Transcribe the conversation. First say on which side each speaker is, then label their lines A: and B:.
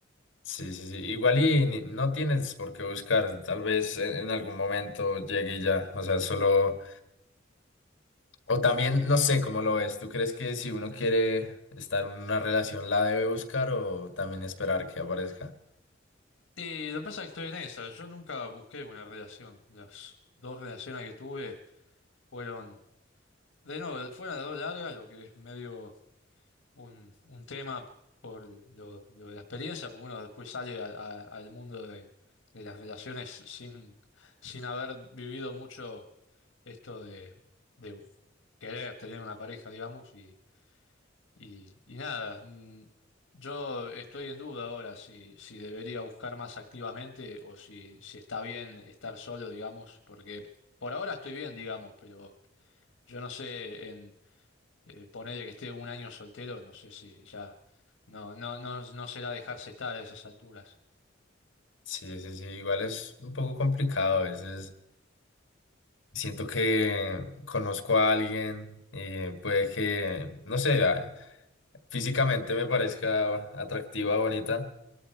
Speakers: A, on the left (about 70°); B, on the left (about 85°).
A: Sí, sí, sí. Igual y ni- no tienes por qué buscar. Tal vez en, en algún momento llegue y ya. O sea, solo... O también, no sé cómo lo ves. ¿Tú crees que si uno quiere estar en una relación la debe buscar o también esperar que aparezca?
B: Y lo que pasa es que estoy en esa. Yo nunca busqué una relación. Las dos relaciones que tuve fueron, de nuevo, fueron las dos largas, lo que es medio. un, un tema por lo, lo de la experiencia, porque uno después sale a- a- al mundo de, de las relaciones sin, sin haber vivido mucho esto de, de querer tener una pareja, digamos, y, y, y nada, mm, yo estoy en duda ahora si, si debería buscar más activamente o si, si está bien estar solo, digamos, porque por ahora estoy bien, digamos, pero yo no sé eh, ponele que esté un año soltero, no sé si ya no, no, no, no será dejarse estar a esas alturas.
A: Sí, sí, sí. Igual es un poco complicado a veces. Siento que conozco a alguien y puede que, no sé, a- físicamente me parezca atractiva, bonita,